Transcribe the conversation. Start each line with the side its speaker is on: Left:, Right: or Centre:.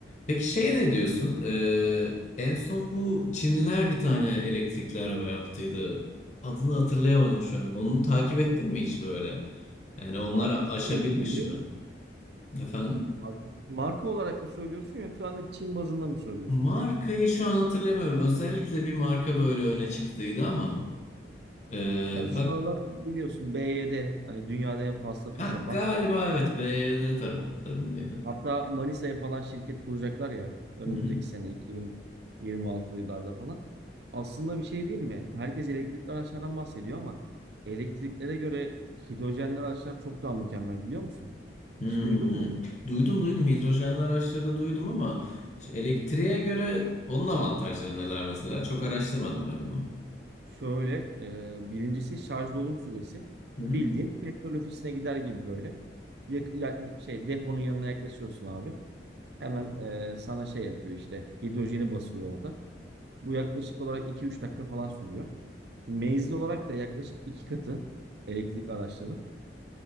Left: Peki şeye ne diyorsun? Ee, en son bu Çinliler bir tane elektrikli araba yaptıydı. Adını hatırlayamadım şu an. Onu takip ettin mi hiç böyle? Yani onlar
Right: Markası
Left: aşabilmiş
Right: neydi belli
Left: mi?
Right: mi?
Left: Efendim?
Right: Marka, marka olarak mı söylüyorsun yoksa hani Çin bazında mı söylüyorsun?
Left: Markayı şu an hatırlamıyorum. Özellikle bir marka böyle öne çıktıydı ama ee,
Right: Ya şu
Left: bak
Right: aralar biliyorsun BYD hani dünyada en fazla satış
Left: ha,
Right: yapan.
Left: galiba evet BYD taraflarındaydım.
Right: Hatta Manisa'ya falan şirket kuracaklar ya önümüzdeki
Left: <laughs>
Right: sene 2026'lı yıllarda falan. Aslında bir şey değil mi? Herkes elektrikli araçlardan bahsediyor ama elektriklere göre hidrojenli araçlar çok daha mükemmel biliyor musun?
Left: Hmm.
Right: Hiç duydun mu bunu?
Left: Duydum duydum hidrojenli araçlarda duydum ama şu elektriğe göre onun avantajları neler mesela? Çok araştırmadım ben onu.
Right: Şöyle e, birincisi şarj dolum süresi.
Left: Hı hı.
Right: Bildiğin petrol ofisine gider gibi böyle. Yak- yani şey deponun yanına yaklaşıyorsun abi. Hemen e, sana şey yapıyor işte hidrojeni basıyor orada. Bu yaklaşık olarak iki üç dakika falan sürüyor. Menzil olarak da yaklaşık 2 katı elektrikli araçların.